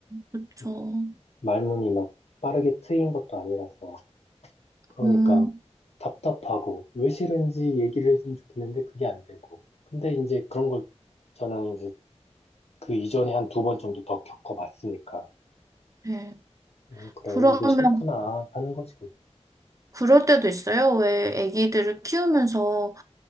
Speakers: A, on the right; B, on the left.
A: 그쵸.
B: 음, 말문이 막 빠르게 트인 것도 아니라서 그러니까
A: 음,
B: 답답하고 왜 싫은지 얘기를 해주면 좋겠는데 그게 안 되고 근데 이제 그런 걸 저는 이제 그 이전에 한 두 번 정도 더 겪어봤으니까.
A: 네.
B: 음, 그래,
A: 그러면,
B: 이게 싫구나 하는 거지.
A: 그럴 때도 있어요? 왜 아기들을 키우면서,